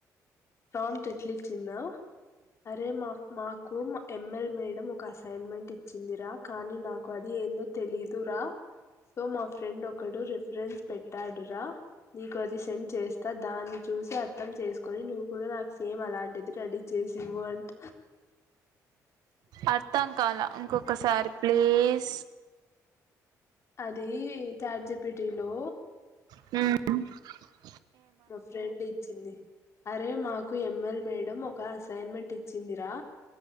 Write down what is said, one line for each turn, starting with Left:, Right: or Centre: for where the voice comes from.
Left: ప్రాంప్ట్ ఎట్లా ఇచ్చిందో అరే మా మాకు ఎమ్ ఎల్ మేడం ఒక అసైన్మెంట్ ఇచ్చిందిరా కానీ నాకు అది ఏందో తెలీదురా సో మా ఫ్రెండ్ ఒకడు రిఫరెన్స్ పెట్టాడు రా నీకు అది సెండ్ చేస్తా దాన్ని చూసి అ ర్థం చేసుకొని నువ్వు కూడా నాకు సేమ్ అలాంటిది రెడీ చేసివు అంట
Right: అర్థం కాలా ఇంకొకసారి ప్లీస్
Left: అది చాట్ జీపిటి లో
Right: హు హు
Left: మా ఫ్రెండ్ ఇచ్చింది అరే మాకు ఎమ్ ఎల్ మేడం ఒక అసై అసైన్మెంట్ ఇచ్చిందిరా